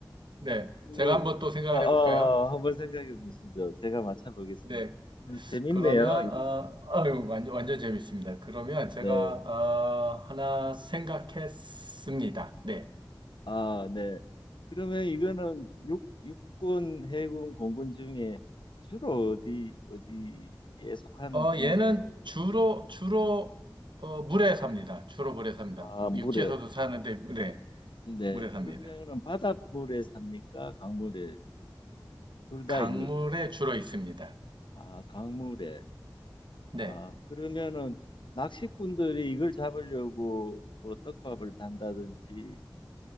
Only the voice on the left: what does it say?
그
어, 어,
한번 생각해 보시죠. 제가 맞춰보겠습니다.
오늘 재밌네요.
이렇게.
예.
아, 네. 그러면 이거는 육, 육군, 해군, 공군 중에 주로 어디, 어디에 속하는
동물이라고
합니
아, 물에.
네.
그러면은 바닷물에 삽니까? 강물에 주로 삽니까? 둘 다입니까?
네.
아, 강물에. 아,
그러면은 낚시꾼들이 이걸 잡으려고 뭐 떡밥을 단다든지